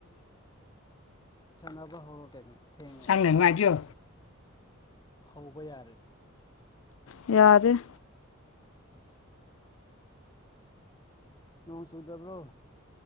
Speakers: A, on the left (about 20°); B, on the left (about 70°).
A: ꯁꯥꯟꯅꯕ ꯍꯧꯔ ꯀꯩꯅꯣ ꯊꯦꯡꯉꯦ꯫
B: ꯁꯪꯅ ꯃꯥꯗꯤꯌꯣ
A: ꯍꯧꯕ ꯌꯥꯔꯦ
B: ꯌꯥꯗꯦ
A: ꯅꯣꯡ ꯆꯨꯗꯕ꯭ꯔꯣ